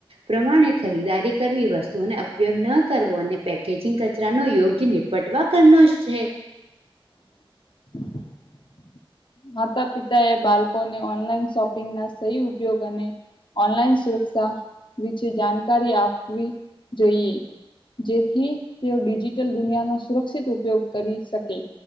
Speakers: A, on the right; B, on the left.
A: પ્રમાણે ખરીદારી કરવી વસ્તુંઓને ઉપયોગ ન કરવો અને પેકેજિંગ કચરાનો યોગ્ય નીપટવા કનો ષ્ઠએ
B: <inaudible> માતા પિતાએ બાલકોને ઓનલાઈન શોપિંગના સહી ઉપયોગ અને ઓનલાઈન સુરક્ષા વિચે જાણકારી આપવી જોઈએ જેથી તેઓ ડિજિટલ દુનિયાનો સુરક્ષિત ઉપયોગ કરી શકે